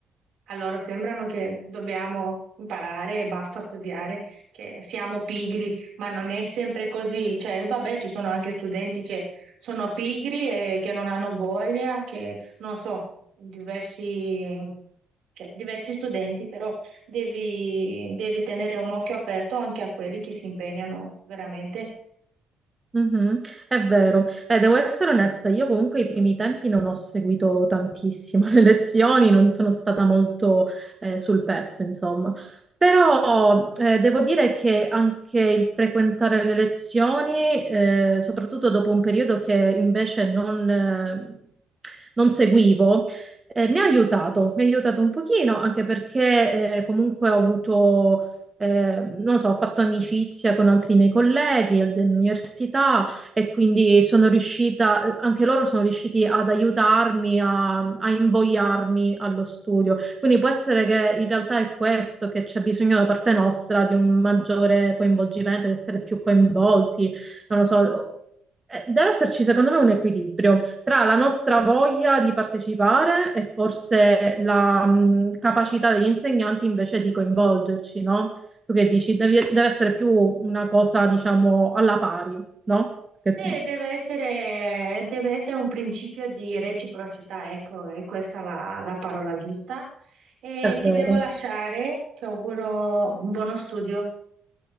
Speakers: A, on the right; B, on the right.
A: A loro sembrano che dobbiamo imparare e basta studiare, che siamo pigri, ma non è sempre così. Cioè, vabbè, ci sono anche studenti che sono pigri e che non hanno voglia, che non so, diversi, che- diversi studenti, però devi, devi tenere un occhio aperto anche a quelli che si impegnano veramente
B: Mhm, È vero, Eh, devo essere onesta, io comunque i primi tempi non ho seguito tantissimo <laughs> le lezioni, non sono stata molto eh, sul pezzo, insomma. Però eh, devo dire che anche il frequentare le lezioni, eh, soprattutto dopo un periodo che invece non, eh, non seguivo, eh, mi ha aiutato, mi ha aiutato un pochino, anche perché eh, comunque ho avuto eh, non lo so, ho fatto amicizia con altri miei colleghi al- dell'università e quindi sono riuscita, anche loro sono riusciti ad aiutarmi, a, a invogliarmi allo studio. Quindi può essere che in realtà è questo, che c'è bisogno da parte nostra di un maggiore coinvolgimento, di essere più coinvolti, non lo so. Eh, Deve esserci, secondo me, un equilibrio tra la nostra voglia di partecipare e forse la mh, capacità degli insegnanti invece di coinvolgerci, no? Tu che dici? Devi- deve essere più una cosa, diciamo, alla pari, no? Che
A: Sì,
B: dici?
A: deve essere, deve essere un principio di reciprocità, ecco, è questa la, la parola giusta. E
B: È
A: ti
B: vero.
A: devo lasciare, ti auguro un buono studio.